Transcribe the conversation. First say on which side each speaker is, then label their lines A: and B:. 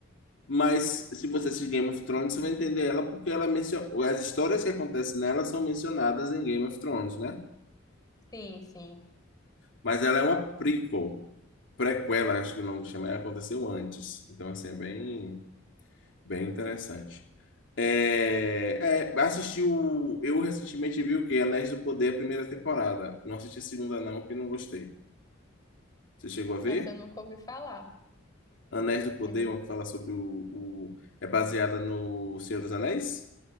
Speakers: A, on the left; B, on the left.
A: mas se você assistir Game of Thrones, você vai entender ela porque ela menciona. As histórias que acontecem nela são mencionadas em Game of Thrones, né?
B: sim, sim.
A: Mas ela é uma prequel, prequela, acho que o nome chama, ela aconteceu antes. Então, assim, é bem, bem interessante. É, é, assisti o. Eu recentemente vi o quê? Anéis do Poder, a primeira temporada. Não assisti a segunda, não, que não gostei. Você chegou a ver?
B: Essa eu nunca ouvi falar.
A: Anéis do Poder,
B: É,
A: uma que fala sobre o, o- É baseada no Senhor dos Anéis,